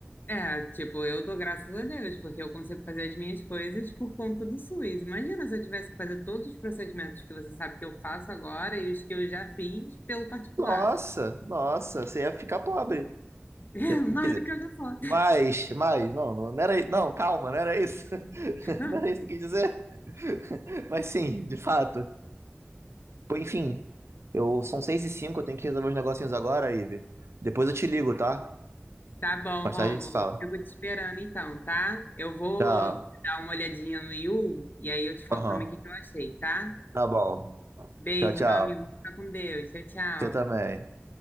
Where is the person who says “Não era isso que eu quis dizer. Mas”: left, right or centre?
Right